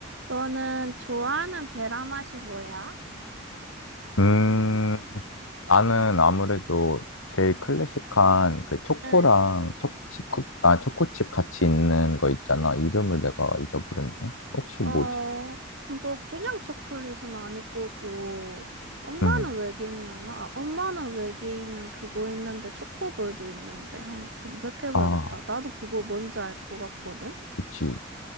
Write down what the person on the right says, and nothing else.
너는 좋아하는 베라 맛이 뭐야?
응.
어,
그거 그냥 초콜릿은 아닐 거고. 엄마는
외계인이었나? 아, 엄마는 외계인은 그거 있는데 초코볼도 있는데 한번 검색해봐야겠다.
나도 그거 뭔지 알 것 같거든?